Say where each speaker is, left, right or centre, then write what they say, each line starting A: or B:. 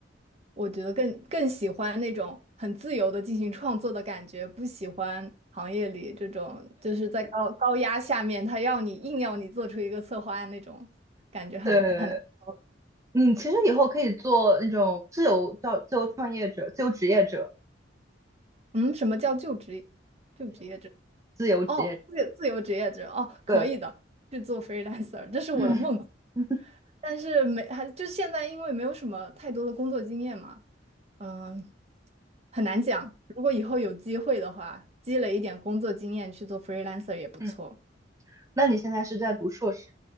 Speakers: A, on the right; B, on the right.
A: 我觉得更更喜欢那种很自由的进行创作的感觉，不喜欢行业里这种就是在高高压下面，他要你硬要你做出一个策划案那种感觉很很难受。
B: 对，你其实以后可以做那种自由叫自由创业者、自由职业者、
A: 嗯，什么叫就职就职业制？
B: 自由职业者。
A: 哦，自自由职业者哦，可以的，
B: 对，
A: 去做 freelancer，这是我的梦。
B: 嗯 <laughs>
A: 但是没还就现在，因为没有什么太多的工作经验嘛，嗯，很难讲。如果以后有机会的话，积累一点工作经验去做 freelancer 也不错。
B: 嗯，那你现在是在读硕士